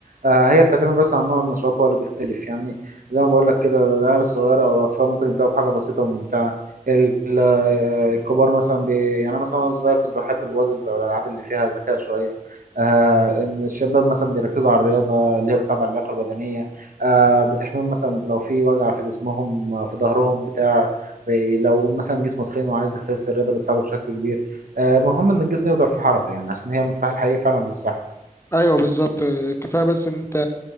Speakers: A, on the right; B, on the left.
A: آه هي بتعتمد بس على نوع النشاط هو اللي بيختلف يعني زي ما بقول لك كده العيال الصغيره او الاطفال ممكن يبداوا بحاجه بسيطه وممتعه ال- آه، الكبار مثلا بي... يعني انا مثلا وانا صغير كنت بحب البازلز او الالعاب اللي فيها ذكاء شويه آه ان الشباب مثلا بيركزوا على الرياضه اللي هي بتساعد على اللياقه البدنيه آه بتحميهم مثلا لو في وجع في جسمهم آه، في ظهرهم بتاع بي- لو مثلا جسمه تخين وعايز يخس الرياضه بتساعده بشكل كبير آه المهم ان الجسم يفضل في حركه يعني عشان هي المفتاح الحقيقي فعلا للصحه
B: أيوه بالظبط كفاية بس إن أنت